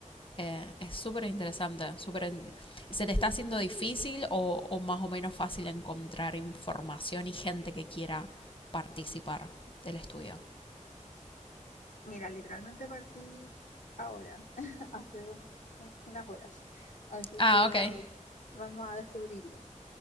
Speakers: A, on the left; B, on the left.
A: Eh, es súper interesante, súper... ¿Se te está haciendo difícil o, o más o menos fácil encontrar información y gente que quiera participar del estudio?
B: Mira, literalmente partí ahora, <laughs> hace un- un- unas horas, así
A: Ah,
B: que
A: ok.
B: vamos a descubrirlo.